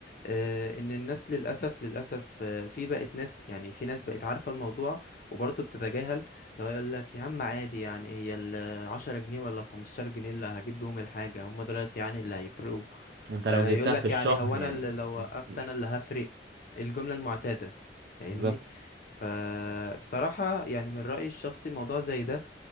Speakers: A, on the left; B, on the right.
A: آه، ان الناس للاسف للاسف آه، في بقت ناس يعني في ناس بقت عارفة الموضوع وبرضه بتتجاهل لو يقول لك يا عم عادي يعني هي العشرة جنيه ولا خمستاشر جنيه اللي هجيب بيهم الحاجة هم دلوقتي يعني اللي هيفرقوا
B: وانت لو
A: آه،
B: جبتها
A: يقول لك
B: في الشهر
A: يعني هو
B: يعني
A: انا اللي لو وقفت
B: كتير
A: انا اللي هفرق الجملة المعتادة فاهمني
B: بالظبط
A: فبصراحة يعني من رأيي الشخصي موضوع زي ده